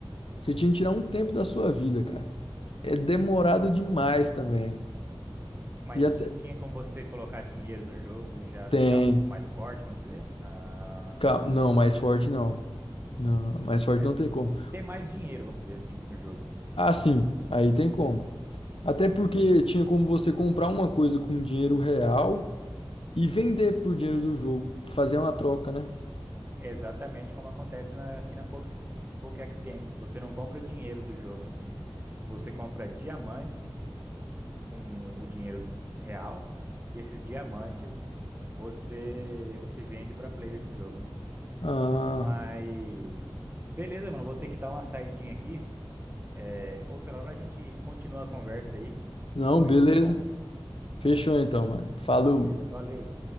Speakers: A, on the left; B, on the right.
A: Você tinha que tirar um tempo da sua vida, cara. É demorado demais também.
B: Mas
A: E até
B: tinha como você colocar dinheiro no jogo e já
A: tem.
B: ficar um- mais forte, vamos dizer? Ah.
A: Cal- Não, mais forte não. Não, mais forte
B: É,
A: não tem como.
B: ter mais dinheiro, vamos dizer assim, no jogo.
A: Ah, sim, aí tem como. Até
B: Uhum.
A: porque tinha como você comprar uma coisa com dinheiro real e vender por dinheiro do jogo. Fazer uma troca, né?
B: É Exatamente como acontece na- aqui na Pokex, Pokex Games. Você não compra dinheiro do jogo em si. Você compra diamantes com o dinheiro real e esses diamantes você você vende para players no jogo, né?
A: Ah,
B: Mas beleza, mano, vou ter que dar uma saidinha aqui. É, Outra hora a gente continua a conversa aí
A: não,
B: sobre
A: beleza.
B: Pokémon.
A: Fechou então, mano. Falou.
B: Beleza, valeu.